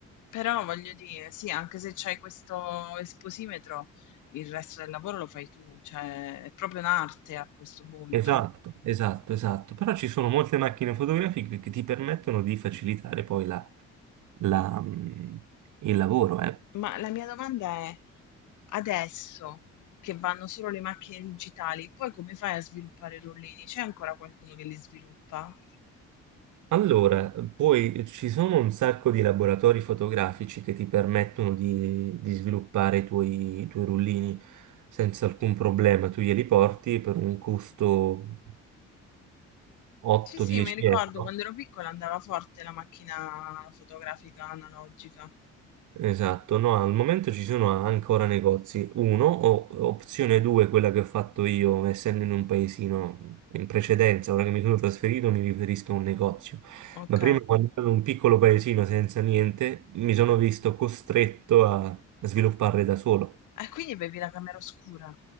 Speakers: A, on the left; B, on the right.
A: Però voglio dire, sì, anche se c'hai questo esposimetro, il resto del lavoro lo fai tu, cioè è proprio un'arte a questo punto.
B: Esatto, esatto, esatto. Però ci sono molte macchine fotografiche che ti permettono di facilitare poi la- la, mm, il lavoro, eh.
A: Ma la mia domanda è, adesso che vanno solo le macchine digitali, poi come fai a sviluppare i rollini? C'è ancora qualcuno che li sviluppa?
B: Allora, poi ci sono un sacco di laboratori fotografici che ti permettono di, di sviluppare i tuoi, i tuoi rullini senza alcun problema. Tu glieli porti per un costo 8-10
A: Sì, sì, mi ricordo
B: euro.
A: quando ero piccola andava forte la macchina fotografica analogica.
B: Esatto, no, al momento ci sono ancora negozi. Uno, o opzione 2, quella che ho fatto io, essendo in un paesino in precedenza, ora che mi sono trasferito mi riferisco a un negozio.
A: Ok.
B: Ma prima, quando ero in un piccolo paesino senza niente, mi sono visto costretto a sviluppare da solo.
A: E quindi bevi la camera oscura?